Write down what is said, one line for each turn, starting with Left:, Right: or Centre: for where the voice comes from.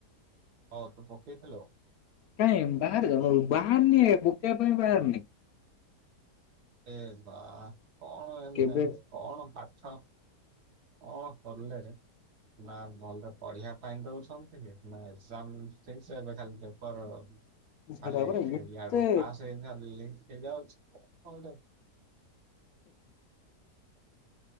Right: ହଁ ତୁ ପକେଇଥିଲୁ।
Left: କାଇ ବାହାରେ ତ ବାହାରନି ପକେଇବା ପାଇଁ ବାହାରନି।
Right: ଏ ବା କଣ
Left: କେବେ
Right: ଏ ଏମତି କଣ ପାଠ। କଣ କରିଲେରେ। ନା ଭଲରେ ପଢିବା ପାଇଁ ଦଉଛନ୍ତି ନା ଏକ୍ସାମ୍ ଠିକ ସେ ଏବେ ଖାଲି ପେପର ଖାଲି
Left: ଝାଡା ପରା ଏତେ
Right: ଏୟଆଡୁ ପାସ୍ ଏଇନେ। <unintelligible> ଯାଉଚି। <unintelligible>